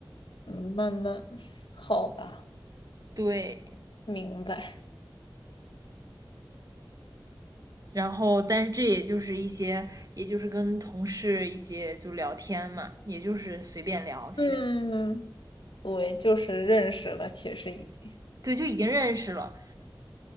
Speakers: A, on the left; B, on the right.
A: 嗯慢慢，好吧，
B: 对，
A: 明白。
B: 然后但是这也就是一些，也就是跟同事一些就聊天嘛，也就是随便聊，其实
A: 嗯，对，就是认识了，其实已经。
B: 对，就已经认识了，